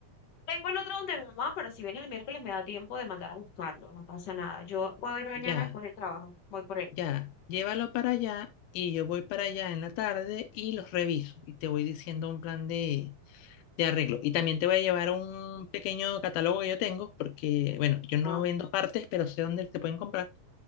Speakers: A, on the left; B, on the left.
A: Tengo el otro donde mi mamá, pero si vienes el miércoles me da tiempo de mandar a buscarlo, no pasa nada. Yo puedo ir mañana
B: Ya,
A: después del trabajo, voy por él.
B: ya. Llévalo para allá y yo voy para allá en la tarde y los reviso y te voy diciendo un plan de, de arreglo. Y también te voy a llevar un pequeño catálogo que yo tengo porque, bueno, yo no
A: ¿Ah?
B: vendo partes, pero sé dónde se pueden comprar.